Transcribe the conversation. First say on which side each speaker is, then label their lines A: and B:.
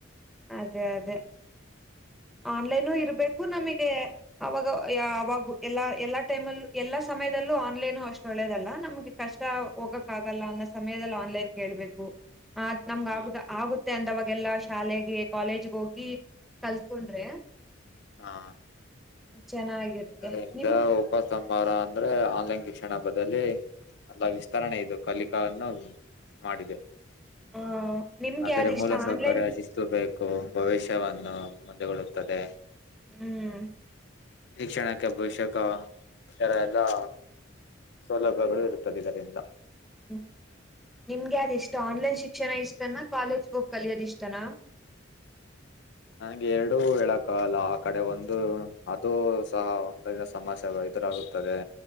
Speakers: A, in the centre; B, on the left.
A: ಅದೇ ಅದೇ ಆನ್ಲೈನು ಇರ್ಬೇಕು ನಮಗೆ ಅವಾಗ ಅವಾಗ ಎಲ್ಲಾ ಎಲ್ಲಾ ಟೈಮಲ್ಲ ಎಲ್ಲಾ ಸಮಯದಲ್ಲೂ ಆನ್ಲೈನು ಅಷ್ಟು ಒಳ್ಳೇದಲ್ಲ ನಮ್ಗೆ ಕಷ್ಟ ಹೋಗಕ್ ಆಗಲ್ಲ ಅನ್ನ ಸಮಯದಲ್ಲಿ ಆನ್ಲೈನ್ ಕೇೇಳಬೇಕು ಆತ್ ನಮ್ಗ
B: ಹಾ
A: ಆಗ ಆಗುತ್ತೆ ಅಂದವಾಗ ಗೆಲ್ಲಾ ಶಾಲೆಗೆ. ಕಾಲೇಜ್ಗಿ ಗೋಗಿ ಕಲ್ತ್ಕೊಂಡ್ರೆ.
B: ಹಾ
A: ಚೆನ್ನಾಗಿರುತ್ತೆ
B: ಇದರಿಂದ
A: ನಿಮ್
B: ಉಪ ಸಂಹಾರ ಅಂದ್ರೆ ಆನ್ಲೈನ್ ಶಿಕ್ಷಣ ಬಗ್ ದಲ್ಲೆ ಅಲ್ಲ ವಿಸ್ತರಣೆ ಇದು ಕಲಿಕಾವನ್ನು ಮಾಡಿದೆ.
A: ಹ ನಿಮ್ಗೆ
B: ಆದರ
A: ಯಾವ್ದ್ ಇಷ್ಟ
B: ಮೂಲಸೌಕರ್ಯ
A: ಆನ್ಲೈನ್
B: ಶಿಸ್ತು ಬೇಕು ಭವಿಷ್ಯವನ್ನು ಮುಂದೆಗುಡುತ್ತದೆ.
A: ಹ್ಮ್
B: ಶಿಕ್ಷಣಕ್ಕೆ ಅವಶ್ಯಕ ಇತರ ಎಲ್ಲಾ ಸೌಲಭ್ಯಗಳು ಇರುತ್ತದೆ ಇದರಿಂದ.
A: ಹ್ಮ್ ನಿಮ್ಗೆ ಯಾವ್ದ್ ಇಷ್ಟ ಆನ್ಲೈನ್ ಶಿಕ್ಷಣ ಇಷ್ಟನಾ ಕಾಲೇಜ್ ಹೋಗ್ ಕಲ್ಯೋದ್ ಇಷ್ಟಾನ.
B: ನನ್ಗೆ ಎರಡೂ ಹೇಳಕ್ಕಲ್ಲ ಆ ಕಡೆ ಒಂದು ಅದು ಸಹ ಒಂದಿನ ಸಮಸ್ಯೆ ಎದುರಾಗುತ್ತದೆ.